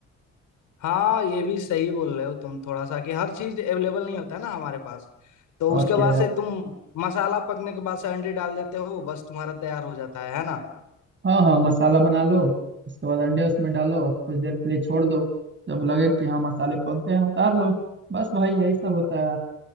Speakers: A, on the left; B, on the right.
A: हाँ ये भी सही बोल रहे हो तुम थोड़ा सा कि हर चीज अवेलेबल नहीं होता है ना हमारे पास तो
B: और
A: उसके
B: क्या
A: बाद
B: यार
A: से तुम मसाला पकने के बाद से अंडे डाल देते हो बस तुम्हारा तैयार हो जाता है है ना
B: हाँ हाँ मसाला बना लो उसके बाद अंडे उसमें डालो और कुछ देर के लिए छोड़ दो जब लगे कि हाँ मसाले पक गए हैं उतार लो बस भाई यही सब होता है यार